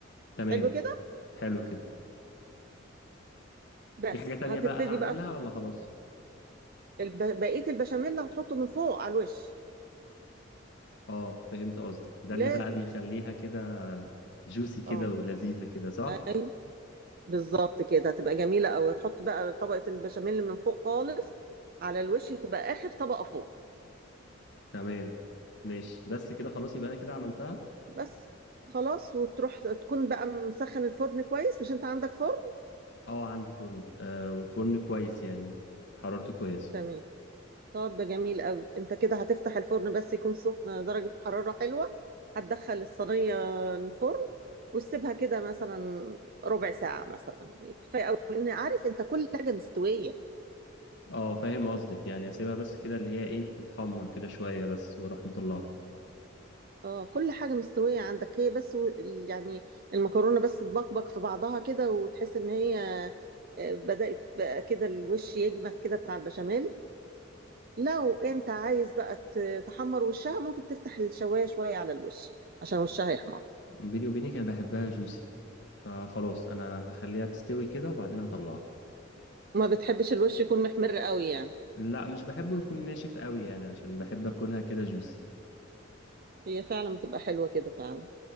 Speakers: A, on the left (about 65°); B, on the right (about 50°).
A: تمام
B: حلو كده
A: حلو كده
B: بس
A: في حاجة تانية
B: هتبتدي
A: بقى هعملها
B: بقى
A: ولا خلاص
B: الب... بقية البشاميل اللي هتحطه من فوق على الوش
A: اه فهمت قصدك ده
B: لازم
A: اللي بقى بيخليها كده جوسي كده
B: اه
A: ولذيذة كده صح
B: اي بالظبط كده هتبقى جميلة أوي هتحط بقى طبقة البشاميل من فوق خالص على الوش هتبقى آخر طبقة فوق
A: تمام ماشي بس كده خلاص يبقى انا كده عملتها
B: بس خلاص وتروح تكون بقى مسخن الفرن كويس مش انت عندك فرن
A: اه عندي فرن آه وفرن كويس يعني حرارته كويس
B: تمام طب ده جميل قوي انت كده هتفتح الفرن بس يكون سخن درجة حرارة حلوة هتدخل الصينية الفرن وتسيبها كده مثلا ربع ساعة مثلا كفاية قوي لان عارف انت كل حاجة مستوية
A: اه فاهم قصدك يعني اسيبها بس كده اللي هي ايه تتحمر كده شوية بس واروح مطلعها
B: اه كل حاجة مستوية عندك هي بس و- يعني المكرونة بس تبقبق في بعضها كده وتحس ان هي آه، بدأت بقى كده الوش يجمد كده بتاع البشاميل لو انت عايز بقى ت- تحمر وشها ممكن تفتح الشواية شوية على الوش عشان وشها يحمر
A: بيني وبينك انا بحبها جوسي فخلاص انا هخليها تستوي كده وبعدين هطلعها
B: ما بتحبش الوش يكون محمر قوي يعني
A: لا مش بحبه يكون ناشف قوي يعني عشان بحب اكلها كده جوسي
B: هي فعلا بتبقى حلوة كده فعلا